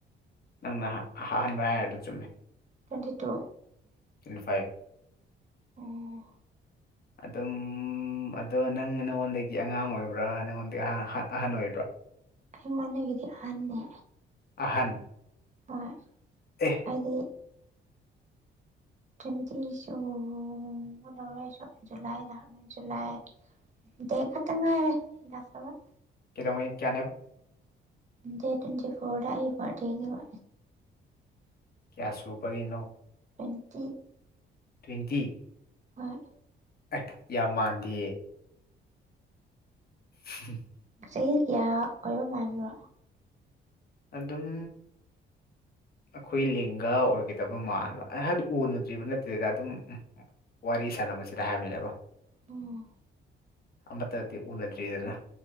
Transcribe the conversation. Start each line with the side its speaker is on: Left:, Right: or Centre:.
Left: ꯅꯪꯅ ꯑꯍꯥꯟꯕ ꯍꯥꯏꯔꯤꯗꫭ ꯆꯨꯝꯃꯦ
Right: ꯇ꯭ꯋꯦꯟꯇꯤ ꯇꯨ
Left: ꯇ꯭ꯋ‌ꯦꯟꯇꯤ ꯐꯥꯏꯚ
Right: ꯑꫭ
Left: ꯑꯗꯨꯝ ꯑꯗꯣ ꯅꯪ ꯅꯪꯉꯣꯟꯗꯒꯤ ꯑꯉꯥꯡ ꯑꯣꯏꯕ꯭ꯔꯥ ꯅꯪꯉꯣꯟꯗꯒꯤꯍ ꯑꯍꯟ ꯑꯣꯏꯕ꯭ꯔꯥ
Right: ꯑꯩꯉꯣꯟꯗꯒꯤꯗꯤ ꯑꯍꯟꯅꯦ
Left: ꯑꯍꯟ
Right: ꯍꯣꯏ
Left: ꯑꯦ
Right: ꯑꯩꯗꯤ ꯇ꯭ꯋ‌ꯦꯟꯇꯤꯁ ꯑꯣ <unintelligible> ꯖꯨꯂꯥꯏꯗ ꯖꯨꯜꯂꯥꯏ ꯗ‌ꯦ ꯈꯠꯇꯪꯉꯥꯏꯔ‌ꯦ <unintelligible>
Left: ꯀꯩꯗꯧꯉꯩ ꯀꯌꯥꯅꯦꯕ
Right: ꯗ‌ꯦꯠ ꯇ꯭ꯋꯦꯟꯇꯤ ꯐꯣꯔꯗ ꯑꯩ ꯕꯥ꯭ꯔꯠ ꯗ‌ꯦꯅ‌ꯦꯕ
Left: ꯀꯌꯥ ꯁꯨꯕꯒꯤꯅꯣ
Right: ꯇ꯭ꯋ‌ꯦꯟꯇꯤ
Left: ꯇ꯭ꯋꯦꯟꯇꯤ
Right: ꯍꯣꯏ
Left: ꯑꯥ ꯌꯥꯝ ꯃꯥꯟꯗꯦꯌꯦ <unintelligible>
Right: ꯆꯍꯤ ꯀꯌꯥ ꯑꯣꯏꯕ ꯃꯥꯟꯕꯅꯣ
Left: ꯑꯗꯨꯝ ꯑꯩꯈꯣꯏ ꯂꯤꯡꯒ ꯑꯣꯏꯒꯗꯕ ꯃꯥꯟꯕ ꯑꯩ ꯍꯥꯏꯗꯤ ꯎꯅꯗ꯭ꯔꯤꯕ ꯅꯠꯇꯦꯗ ꯑꯗꯨꯝ ꯎꯝ ꯋꯥꯔꯤ ꯁꯥꯟꯅꯕꯁꯤꯗ ꯍꯥꯏꯕꯅꯤꯗꯀ‌ꯣ
Right: ꯎꯝ
Left: ꯑꯃꯠꯇꯗꯤ ꯎꯅꯗ꯭ꯔꯤꯗꯅ